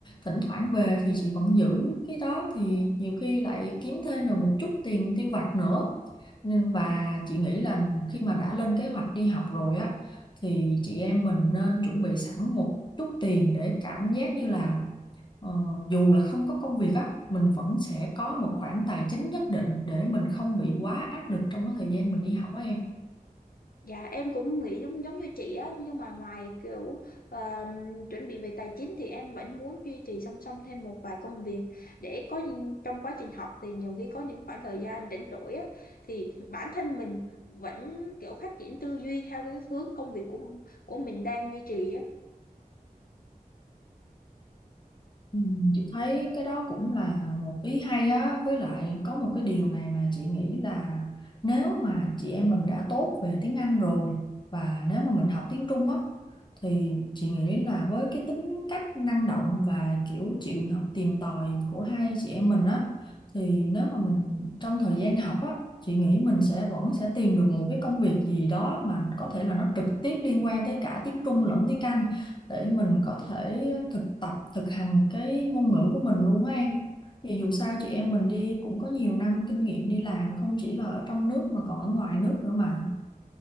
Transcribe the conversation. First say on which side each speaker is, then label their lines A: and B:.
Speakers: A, on the left; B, on the left.
A: thỉnh thoảng về thì chị vẫn giữ cái đó thì nhiều khi lại kiếm thêm được một chút tiền tiêu vặt nữa nên và
B: Ừ.
A: chị nghĩ là khi mà đã lên kế hoạch đi học rồi á thì chị em mình nên chuẩn bị sẵn một chút tiền để cảm giác như là Ờ, dù là không có công việc á mình vẫn sẽ có một khoản tài chính nhất định để mình không bị quá áp lực trong cái thời gian mình đi học á em
B: Dạ em cũng nghĩ giống giống như chị á nhưng mà ngoài kiểu ờ, chuẩn bị về tài chính thì em vẫn muốn duy trì song song thêm một vài công việc để có những- trong quá trình học thì nhiều khi có những khoảng thời gian rảnh rỗi á thì bản thân mình vẫn kiểu phát triển tư duy theo cái hướng công việc của của mình đang duy trì á
A: Ừ, Chị thấy cái đó cũng là một ý hay á với lại có một cái điều này mà chị nghĩ là nếu mà chị em mình đã tốt về tiếng Anh rồi và nếu mà mình học tiếng Trung á thì chị nghĩ là với cái tính cách năng động và kiểu chịu học tìm tòi của hai chị em mình á thì nếu mà mình trong thời gian học á chị nghĩ mình sẽ vẫn sẽ tìm được một cái công việc gì đó mà có thể là nó trực tiếp liên quan tới cả tiếng Trung lẫn tiếng Anh để mình có thể thực tập thực hành cái ngôn ngữ của mình luôn á em vì dù sao chị em mình đi cũng có nhiều năm kinh nghiệm đi làm không chỉ là ở trong nước mà còn ở ngoài nước nữa mà